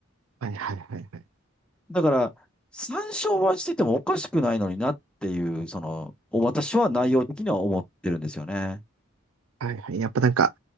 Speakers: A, on the right (about 85°); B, in the centre.
A: はい、はい、はい、はい。
B: だから、参照はしててもおかしくないのになっていう、その、私は内容的には思ってるんですよね。
A: はい、はい。やっぱなんか、